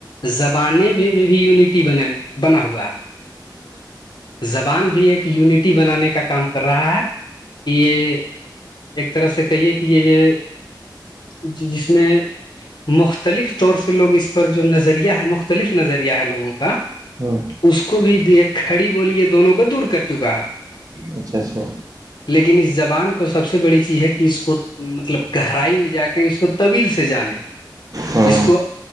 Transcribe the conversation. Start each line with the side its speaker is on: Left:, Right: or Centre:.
Left: زبانے میں میں بھی یونٹی ب بنا ہوا ہے زبان بھی ایک یونٹی بنانے کا کام کر رہا ہے کہ یہ ایک طرح سے کہیے کہ یہ جو جس میں مختلف طور سے لوگ اس پر جو نظریہ ہے مختلف نظریہ ہے لوگوں کا
Right: ہوں
Left: اس کو بھی ایک کھڑی بولی یہ دونوں کو دور کر چکا ہے
Right: اچھا اچھا
Left: لیکن اس زبان کو سب سے بڑی چیز ہے کہ اس کو مطلب گہرائی میں جا کے اس کو طویل سے جانے
Right: ہوں
Left: اس کو